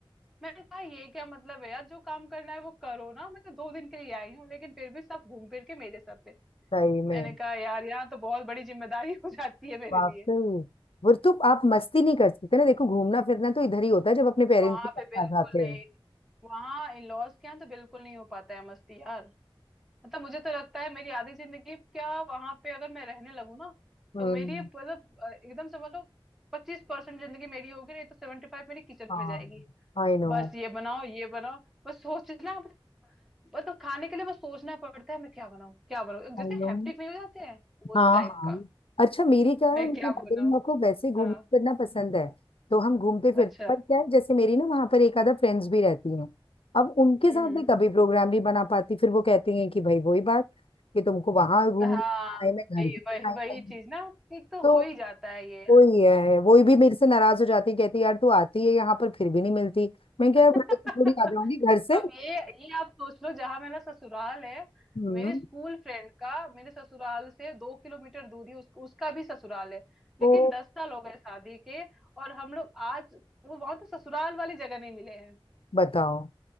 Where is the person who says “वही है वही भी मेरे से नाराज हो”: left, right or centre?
Left